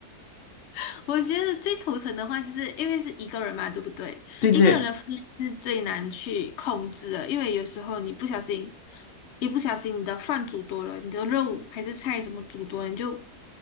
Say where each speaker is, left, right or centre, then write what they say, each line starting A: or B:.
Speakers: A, on the left; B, on the left.
A: <laughs> 我觉得最头疼的话，就是因为是一个人嘛，对不对？
B: <laughs> 对对对，
A: 一个人的分量是最难去控制的，因为有时候你不小心，一不小心你的饭煮多了，你的肉还是菜什么煮多了，你就